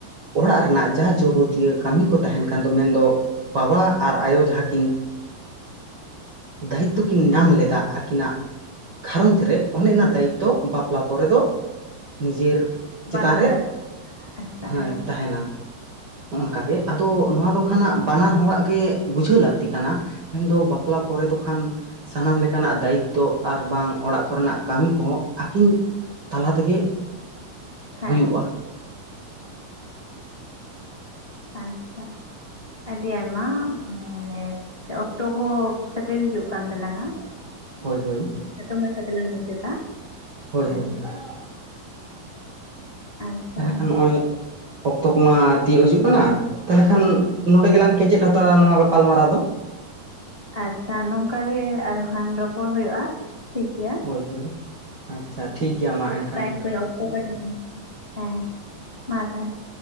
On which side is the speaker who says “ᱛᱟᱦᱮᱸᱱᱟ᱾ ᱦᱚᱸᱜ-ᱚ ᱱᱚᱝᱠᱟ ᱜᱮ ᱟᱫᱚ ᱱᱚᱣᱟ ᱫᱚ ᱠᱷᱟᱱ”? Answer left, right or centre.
Right